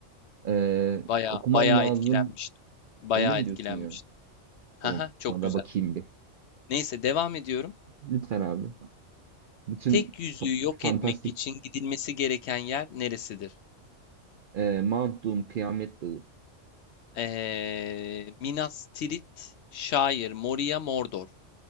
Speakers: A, on the right; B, on the left.
A: Ee,
B: Baya
A: okumam
B: baya
A: lazım.
B: etkilenmiştim. Baya
A: Öyle mi
B: etkilenmiştim.
A: diyorsun ya?
B: Haha
A: Tamam.
B: çok
A: Ona
B: güzel.
A: da bakayım bir.
B: Neyse devam ediyorum.
A: Lütfen abi. Bütün
B: Tek yüzüğü
A: fa-
B: yok
A: fantastik
B: etmek için gidilmesi gereken yer neresidir?
A: Ee, Mount Doom, Kıyamet Dağı.
B: Eee, Minas Tirith, şair Moria Mordor.